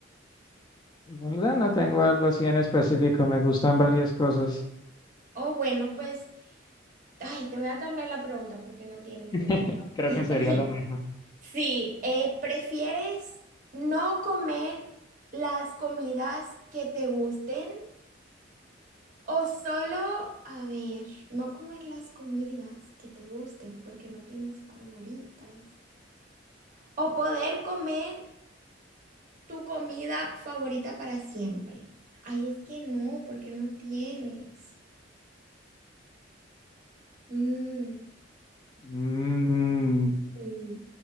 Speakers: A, on the left; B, on the right.
A: La verdad no tengo algo así en específico, me gustan varias cosas.
B: O bueno, pues, ay, te voy a cambiar la pregunta porque no tienes
A: <laughs>
B: comida favorita.
A: Creo que sería
B: <laughs>
A: lo mejor.
B: Sí, eh, ¿prefieres no comer las comidas que te gusten o solo, a ver, no comer las comidas que te gusten porque no tienes favoritas? O poder comer Tu comida favorita para siempre. Ay, es que no, porque no tienes. Mm.
A: Mm,
B: Mm,